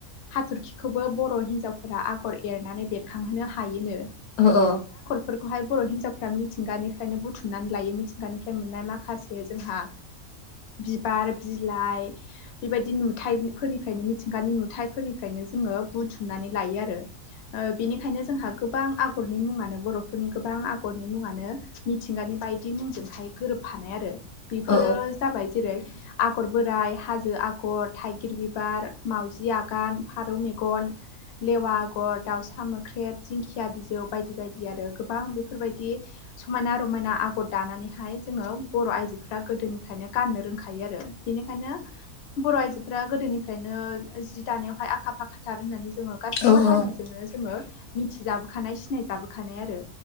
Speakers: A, on the left; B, on the left.
A: हाथरखिखौबो बर' हिन्जावफोरा आगर एरनानै बेरखांहोनो हायोनो
B: अ अ
A: फोरखौहाय बर' हिजावफोरा मिथिंगानिफ्रायनो बुथुम नानै लायो मिथिंगानिफ्राय मोननाय माखासे जोंहा बिबार बिलाइ बेबायदि नुथाय फोरनिफ्रायनो मिथिंगानि नुथायाइफोरनिफ्रायनो नो जोङो बुथुमनानै लायो आरो बेनिखायनो जोंहा गोबां आगरनि मुङानो बर'फोरनि गोबां आगरनि मुङानो मिथिंगानि बायदि मुंजोंहाय गोरोबफानाय आरो बेफोरो
B: औ
A: जाबाय जेरै आगर बोराय हाजो आगर थाइगिर बिबार माउजि आगान फारौ मेगन देवा आगर दाउसा मोख्रेब दिंखिया बिजौ बायदि बायदि आरो गोबां बेफोरबायदि स समायना रमायना आगर खद दानानैहाय जोङो बर' आइजोफोरा गोदोनिफ्रायनो गाननो रोंखायो आरो बिनिखायनो बर' आइजोफोरा गोदोनिफ्रायनो जि दानायावहाय आखा फाखाथार होननानै जोङो गासैबो
B: औ
A: हारिजोंनो जोङो मिथिजाब खानाय सिनाय जाबोखानाय आरो